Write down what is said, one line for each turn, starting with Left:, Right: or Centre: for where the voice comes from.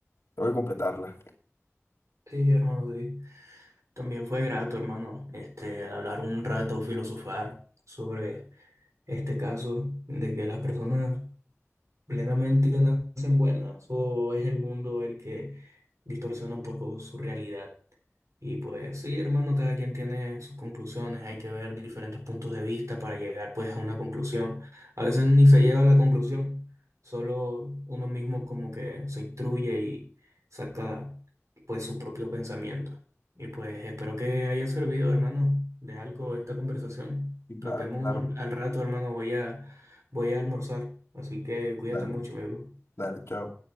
Left: tengo que completarla.
Right: Sí, hermano, David. También fue grato, hermano, este, hablar un rato, filosofar sobre este caso de que las personas plenamente nacen buenas o es el mundo el que distorsiona un poco su realidad. Y pues sí, hermano, cada quien tiene sus conclusiones, hay que ver diferentes puntos de vista para llegar pues a una conclusión. A veces ni se llega a la conclusión, solo uno mismo como que se instruye y saca pues su propio pensamiento. Y pues espero que haya servido, hermano, de algo esta conversación.
Left: Y claro,
Right: Nos vemos
Left: claro,
Right: al rato, hermano, voy a voy a almorzar, así que cuídate
Left: dale,
Right: mucho, mi bro.
Left: dale, chao.